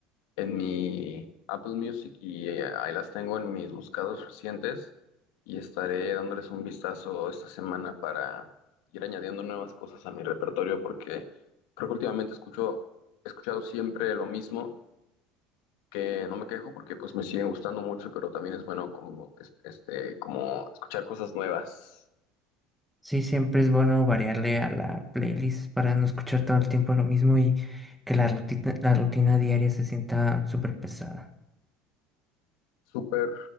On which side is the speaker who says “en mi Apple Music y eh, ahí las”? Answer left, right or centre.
Left